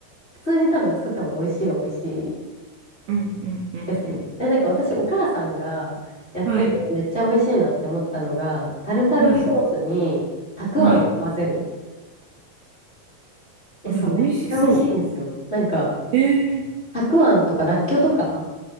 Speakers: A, on the left (about 25°); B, on the right (about 75°).
A: 普通に多分作った方が美味しいは美味しい
B: うんうんうんうん。
A: ですね。で、なんか私、お母さんがやっててめっちゃ美味しいなって思ったのが、
B: はい。
A: タルタルソースにたくあんを混ぜる。
B: はい。はい。
A: え、
B: あ、
A: そう、
B: でも美味しそ
A: めっちゃ美味しいんですよ。なんか、
B: う。ええ
A: たくあんとからっきょうとか